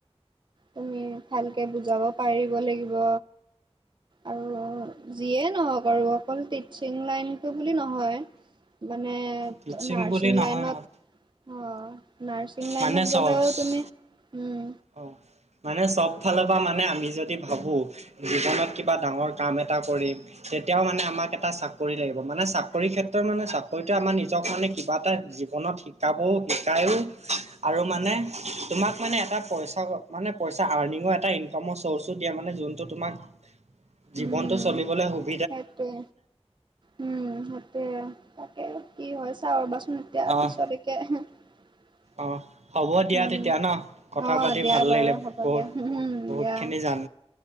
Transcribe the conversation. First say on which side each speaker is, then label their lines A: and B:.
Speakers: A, on the right; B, on the right.
A: তুমি ভালকে বুজাব পাৰিব লাগিব। আৰু যিয়েই নওক <unintelligible> অকল টিচিং লাইনটো বুলি নহয় মানে
B: টিচিং
A: নাৰ্চিং
B: বুলি নহয়
A: লাইনত অ', নাৰ্ছিং লাইনত
B: মানে চ
A: গ'লেও তুমি, উম।
B: অ' মানে চব ফালৰ পৰা মানে আমি যদি ভাবো জীৱনত কিবা ডাঙৰ কাম এটা কৰিম তেতিয়াও মানে আমাক এটা চাকৰি লাগিব, মানে চাকৰি ক্ষেত্ৰত মানে চাকৰিটোৱে আমাৰ নিজক মানে এনেকোৱা এটা জীৱনত শিকাবও, শিকাইও আৰু মানে তোমাক মানে এটা পইচা মানে পইচা আৰ্নিঙৰ এটা ইনকামৰ চৰ্চো দিয়ে, মানে যোনটো তোমাক জীৱনটো
A: উম
B: চলিবলে সুখ
A: সেইটোৱে, উম, সেইটোয়ে তাকে কি হয় চাও ৰবাচুন, এতিয়া
B: অ'
A: পিছলৈকে উম,
B: অ' হ'ব দিয়া তেতিয়া ন কথা
A: অ'
B: পাতি
A: দিয়া
B: ভাল
A: বাৰু
B: লাগিলে
A: হ'ব
B: বহুত
A: দিয়া, হোম হোম
B: বহুতখিনি
A: দিয়া।
B: জান